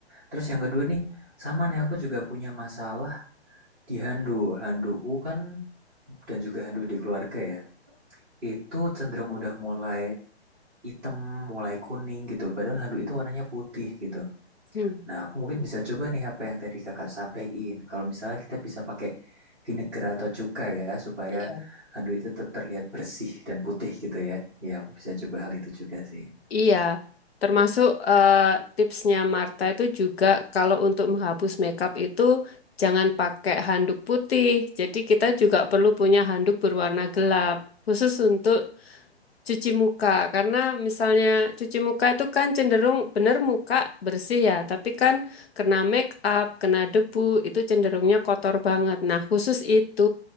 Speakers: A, in the centre; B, on the left.
A: Terus yang kedua nih, sama nih aku juga punya masalah di handuk. Handukku kan dan juga handuk di keluarga ya. Itu cenderung udah mulai hitam, mulai kuning gitu. Padahal handuk itu warnanya putih gitu.
B: Hmm.
A: Nah, aku mungkin bisa coba nih apa yang tadi kakak sampaikan. Kalau misalnya kita bisa pakai vinegar atau cuka ya, supaya
B: Iya.
A: handuk itu tetap terlihat bersih dan putih gitu ya. Ya, aku bisa coba hal itu juga sih.
B: Iya. Termasuk eh, tipsnya Marta itu juga kalau untuk menghapus makeup itu jangan pakai handuk putih. Jadi kita juga perlu punya handuk berwarna gelap khusus untuk Cuci muka, karena misalnya cuci muka itu kan cenderung bener muka bersih ya, tapi kan kena make up, kena debu, itu cenderungnya kotor banget. Nah, khusus itu